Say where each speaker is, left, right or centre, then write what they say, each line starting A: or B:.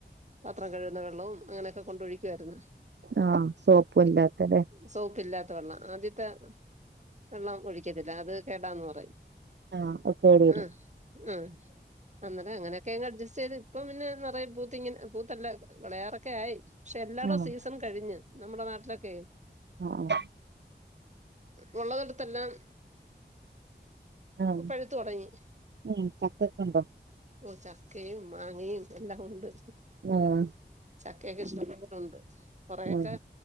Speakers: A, on the right; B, on the right.
A: പത്രം കഴുകുന്ന വെള്ളവും അങ്ങനെയൊക്കെ കൊണ്ട് ഒഴിക്കായിരുന്നു.
B: ആഹ് സോപ്പും അല്ലാത്തലെ.
A: സോപ്പ് ഇല്ലാത്ത വെള്ളം. ആദ്യത്തെ വെള്ളം ഒഴിക്കത്തില്ല. അത് കേടാന്ന് പറയും.
B: ആഹ് അത് കേട് വരും
A: ഉം. ഉം അന്നലെ അങ്ങനെയൊക്കെ അങ്ങ് അഡ്ജസ്റ്റ് ചെയ്ത് ഇപ്പം പിന്നെ നിറയ പൂത്തിങ്ങനെ പൂത്തല്ല വെളയാറൊക്കെ ആയി. പക്ഷെ എല്ലാരുടെ
B: ആഹ്
A: സീസൺ കഴിഞ്ഞ്. നമ്മുടെ നാട്ടിലൊക്കെ.
B: ആഹ്
A: ഉള്ളതെടുത്തെല്ലാം.
B: ആഹ്
A: പഴുത്ത് തൊടങ്ങി.
B: ഉം ചക്കൊക്കെ ഉണ്ടൊ.
A: ഓ ചക്കയും മാങ്ങയും എല്ലാം ഉണ്ട്.
B: ആഹ്
A: ചക്കയൊക്കെ ഇഷ്ട്ടം പോലെ ഉണ്ട്. കൊറെയൊക്കെ.
B: ഉം